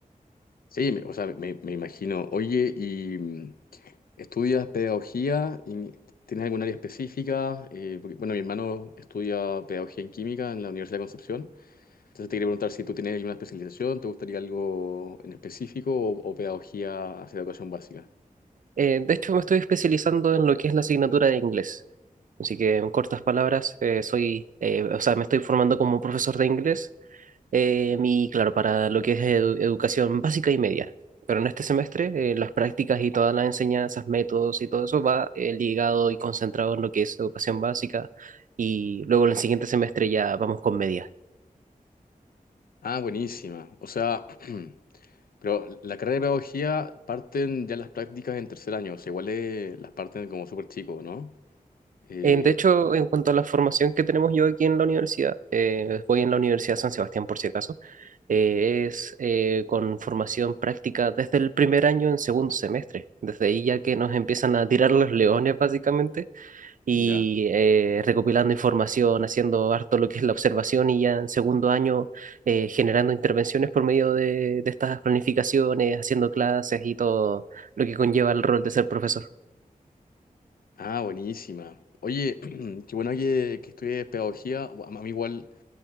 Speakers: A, on the left; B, on the right.
A: Sí, me- o sea, me, me imagino. Oye, ¿y mm, estudias pedagogía? ¿Y ¿Tienes algún área específica? Eh, porque, bueno, mi hermano estudia pedagogía en química en la Universidad de Concepción. Entonces te quería preguntar si tú tienes alguna especialización, ¿te gustaría algo en específico o, o pedagogía hacia educación básica?
B: Eh, de hecho, me estoy especializando en lo que es la asignatura de inglés. Así que, en cortas palabras, eh, soy, eh, o sea, me estoy formando como profesor de inglés eh, mi, claro, para lo que es edu- educación básica y media. Pero en este semestre, eh, las prácticas y todas las enseñanzas, métodos y todo eso va eh, ligado y concentrado en lo que es educación básica. Y luego en el siguiente semestre ya vamos con media.
A: Ah, buenísima. O sea, <clears throat> pero la carrera de pedagogía parten ya las prácticas en tercer año, o sea, igual eh, las parten como súper chico, ¿no? Eh,
B: En- de hecho, en cuanto a la formación que tenemos yo aquí en la universidad, eh, voy en la Universidad San Sebastián por si acaso, eh, es eh, con formación práctica desde el primer año en segundo semestre. Desde ahí ya que nos empiezan a tirar los leones básicamente y
A: ya.
B: eh, recopilando información, haciendo harto lo que es la observación y ya en segundo año eh, generando intervenciones por medio de, de estas planificaciones, haciendo clases y todo lo que conlleva el rol de ser profesor.
A: Ah, buenísima. Oye, <clears throat> qué bueno que, que estudies pedagogía. A mí igual